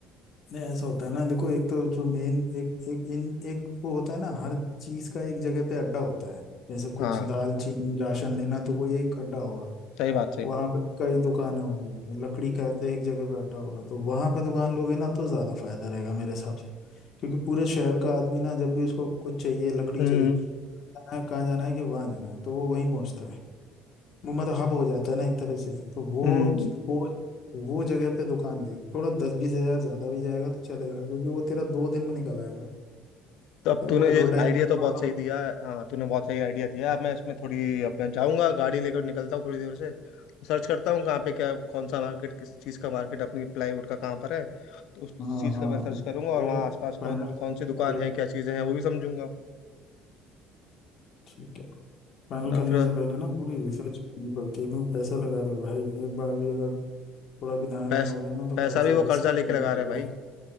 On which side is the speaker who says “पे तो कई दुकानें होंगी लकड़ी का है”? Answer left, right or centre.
Left